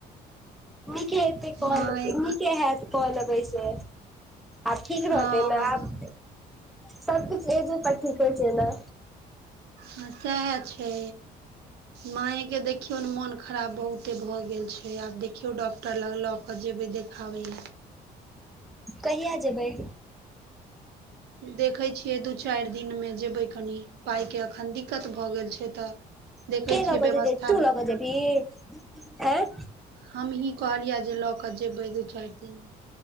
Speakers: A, in the centre; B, on the right.
A: निक हेतै कहलेबै
B: माय
A: नीके
B: के
A: हत कहलेबैसे आब ठीक
B: हँ
A: रहतै ने आब सभ किछु एज पर ठीक होइ छै, ने।
B: सेहा छै। मायेके देखियौ ने मोन खराब बहुते भऽ गेल छै, आब देखियौ डॉक्टर। तऽ लग लऽ कऽ जेबै, देखाबै लेल।
A: कहिया जेबै?
B: देखै छियै दू चारि दिनमे जेबै कनि पाइके एखन दिक्कत भऽ गेल छै तऽ।
A: के
B: देखै छियै
A: लऽ कऽ
B: व्यवस्था
A: जेतै तू
B: हँ,
A: लऽ कऽ जेबही आँय
B: हम्हि। कहलियै जे लऽ कऽ जेबै दू-चारि दिन।